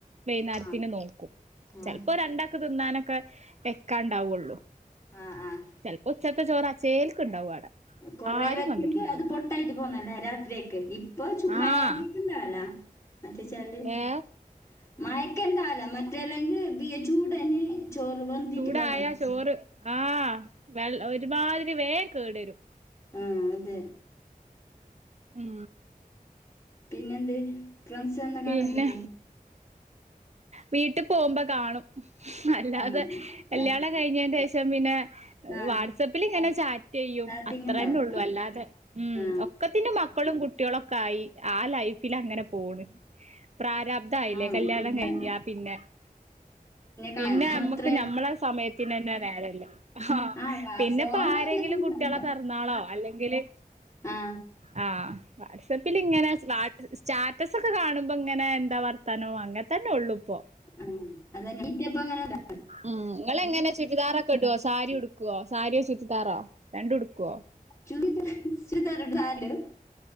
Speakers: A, on the right (about 50°); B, on the left (about 20°).
A: വൈന്നേരത്തിന്
B: ആ
A: നോക്കും
B: ആ
A: ചെലപ്പോ ഇപ്പൊ
B: അതെ.
A: രണ്ടൊക്കെ തിന്നാനൊക്കെ വെക്കാണ്ടാവുള്ളൂ
B: ആഹ് ആഹ്
A: ചിലപ്പോ ഉച്ചത്തെ ചോറ് ആചേൽക്ക് ഉണ്ടാവും അടെ
B: കൊറേ
A: ആരും
B: വെച്ചെങ്കിൽ
A: വന്നിട്ടുണ്ടാവില്ല
B: <unintelligible>
A: ആഹ് ഏ
B: മയക്കെന്താല മറ്റേ അല്ലെങ്കിൽ ബി എച്ച് ചൂടന് ചോറ് വന്നിട്ട്
A: ചൂടായ
B: പോന്നല്ലേ
A: ചോറ് ആഹ് വെ ഒരുമാതിരി വേ കേടുരും
B: ആ അതെ
A: ഉം
B: പിന്നെന്ത് ഫ്രണ്ട്സ് ഒന്നും
A: പിന്നെ
B: കാണലില്ലേ
A: വീട്ടിൽ പോകുമ്പോ കാണും അല്ലാതെ
B: കാണാം
A: എല്ലയാള
B: മറ്റ്-
A: കഴിഞ്ഞറ്റൈ ശേഷം പിന്നെ
B: ആ
A: വാട്സആപ്പിൽ ഇങ്ങനെ ചാറ്റ് ചെയ്യും
B: ചാറ്റിങ്
A: അത്ര
B: ഉണ്ടാവും
A: തന്നെ ഉള്ളൂ
B: ആ
A: അല്ലാതെ ഉം
B: ആ
A: ഒക്കെ പിന്നെ മക്കളും കുട്ടികളും ഒക്കെ ആയി ആ ലൈഫിൽ അങ്ങനെ പോണ് പ്രാരാബ്ധായില്ലേ
B: ആ
A: കല്യാ
B: പിന്നെ
A: ക്കഴിഞ്ഞ പിന്നെ പിന്നെ
B: കാണാം
A: നമ്മക്ക്
B: അത്രേ
A: നമ്മളെ ഹസ് സമയത്തിന് തന്നെ നേരയില്ല ആഹ്
B: ആ
A: പിന്നെപ്പോ
B: ഫോണില്
A: ആരെങ്കിലും
B: പിന്നെ
A: കുട്ടികളെ
B: സംസാരിക്കാം
A: ബെർ ന്നാളോ അല്ലെങ്കില്
B: ആ
A: ആഹ് വാട്സപ്പില് ഇങ്ങനെ സ്ല സ്റ്റാറ്റസ് ഒക്കെ കാണുമ്പോ ഇങ്ങനെ എന്താ വർത്താനോ അങ്ങനെ തന്നൊള്ളു ഇപ്പോ
B: ഉം അതന്നെ നീറ്റിയപ്പ അങ്ങനെല്ല
A: ഉം നിങ്ങള് എങ്ങനെ ചുരിദാറൊക്കെ ഇടോ സാരി ഉടുക്കുവോ സാരിയോ ചുരിതാറോ രണ്ടു ഉടുക്കുവോ
B: ചുരിത ചുരിതാറിടുവാല്ലോ <unintelligible>